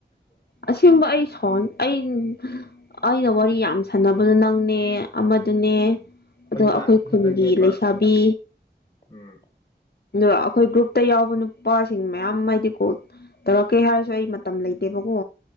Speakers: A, on the left; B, on the left.
A: ꯑꯁꯦꯡꯕ ꯑꯩ ꯁꯣꯟ ꯑꯩ ꯑꯩꯅ ꯋꯥꯔꯤ ꯌꯥꯝ ꯁꯥꯟꯅꯕꯗꯨ ꯅꯪꯅꯦ ꯑꯃꯗꯨꯅꯦ ꯑꯗꯣ
B: ꯍꯣꯏꯕ
A: ꯑꯩꯈꯣꯏ ꯈꯨꯟꯒꯤ
B: ꯊꯥꯖꯩꯌꯦꯕ
A: ꯂꯩꯁꯥꯕꯤ
B: ꯎꯝ
A: ꯑ ꯑꯩꯈꯣꯏ ꯒ꯭ꯔꯨꯞꯇ ꯌꯥꯎꯕ ꯅꯨꯄꯥꯁꯤꯡ ꯃꯌꯥꯝ ꯍꯥꯏꯗꯤꯀꯣ ꯇꯧꯔꯛꯀꯦ ꯍꯥꯏꯔꯁꯨ ꯑꯩ ꯃꯇꯝ ꯂꯩꯇꯦꯕꯀꯣ